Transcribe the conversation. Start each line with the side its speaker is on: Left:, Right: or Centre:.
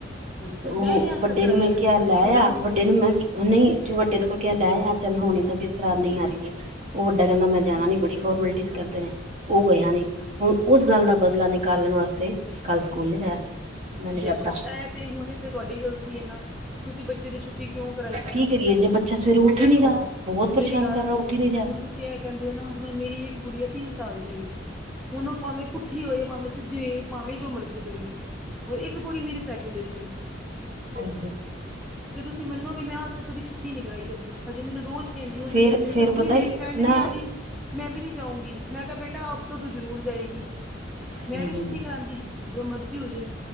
Centre: ਅੱਛਾ
Right: ਉਹ
Centre: ਮੈਂ ਨੀ ਅੱਜ
Right: ਵੱਡੇ
Centre: ਤੱਕ ਕਰਾਇਆ
Right: ਨੂੰ ਮੈਂ
Centre: ਕਦੀ
Right: ਕਿਹਾ ਲੈ
Centre: ਜ਼ਰੂਰਤ
Right: ਆ,
Centre: ਹੀ ਨੀ
Right: ਵੱਡੇ
Centre: ਪਈ
Right: ਨੂੰ ਨਹੀਂ ਜੋ ਵੱਡੇ ਨੂੰ ਮੈਂ ਕਿਹਾ ਲੈ ਆ ਚੱਲ ਹੋਣੀ ਤਬੀਅਤ ਖਰਾਬ ਨਹੀਂ ਆ ਰਹੀ ਉਹ ਵਡਾ ਕਹਿੰਦਾ ਮੈਂ ਜਾਣਾ ਨੀ ਬੜੀ ਫਾਰਮੈਲਟੀ ਕਰਦੇ ਨੇ, ਉਹ ਗਿਆ ਨੀ ਹੁਣ ਉਸ ਗੱਲ ਦਾ ਬਦਲਾ ਨਿਕਾਲਣ ਵਾਸਤੇ ਕੱਲ ਸਕੂਲ ਨੀ ਗਿਆ ਮੈਂ ਨੀ ਜਾਤਾ
Centre: ਦੇਖੋ ਐਹ ਤੇ ਹੁਣ ਇੱਥੇ ਤੁਹਾਡੀ ਗ਼ਲਤੀ ਹੈ ਨਾ ਤੁਸੀਂ ਬੱਚੇ ਦੀ ਛੁੱਟੀ ਕਿਉਂ ਕਰਾਈ,
Right: ਕੀ ਕਰੀਏ ਜੇ ਬੱਚਾ ਸਵੇਰੇ ਉੱਠ
Centre: ਹੁਣ ਦੇਖੋ
Right: ਹੀ ਨਹੀਂ ਰਿਹਾ ਬਹੁਤ ਪਰੇਸ਼ਾਨ
Centre: ਮੇਰੀ ਗੱਲ
Right: ਕਰ ਰਿਹਾ
Centre: ਸੁਣੋ
Right: ਉੱਠ ਹੀ ਨਹੀਂ ਰਿਹਾ
Centre: ਹੁਣ ਤੁਸੀਂ ਐਹ ਕਹਿੰਦੇ ਹੋ ਨਾ ਹੁਣ ਮੇਰੀ ਇੱਕ ਗੁੜੀਆ ਤਿੰਨ ਸਾਲ ਦੀ ਏ ਉਹਨੂੰ ਭਾਵੇਂ ਕੁ ਪੁਠੀ ਹੋਏ ਭਾਵੇਂ ਸਿੱਧੀ ਹੋਏ ਭਾਵੇਂ ਜੋ ਮਰਜ਼ੀ ਕਰੇ ਔਰ ਇੱਕ ਕੁੜੀ ਮੇਰੀ ਸੈਕਿੰਡ ਵਿਚ ਏ
Right: ਹਾਂਜੀ
Centre: ਜੇ ਤੁਸੀਂ ਮੰਨੋਗੇ ਮੈ ਅਜ ਤਕ ਕਦੀ ਛੁੱਟੀ ਨੀ ਕਰਾਈ ਉਹਦੀ ਹਜੇ ਮੈਨੂੰ ਰੋਜ ਕਹਿੰਦੀ ਉਸ
Right: ਫੇਰ
Centre: ਦਿਨ ਨੇ ਮੈਨੂੰ
Right: ਫੇਰ
Centre: ਕਿਹਾ ਮੰਮੀ
Right: ਪਤਾ
Centre: ਮੇਰੇ ਫਰੈਂਡ ਨੀ
Right: ਨਾ
Centre: ਆ ਰਹੀ ਮੈਂ ਵੀ ਨਹੀਂ ਜਾਊਗੀ ਮੈਂ ਕਿਹਾ ਬੇਟਾ ਅਬ ਤੋਂ--ਤੂੰ ਜ਼ਰੂਰ ਜਾਏਗੀ
Right: ਹੂੰ
Centre: ਮੈਂ ਨੀ ਛੁੱਟੀ ਕਰਾਉਂਦੀ ਜੋ ਮਰਜ਼ੀ ਹੋਜੇ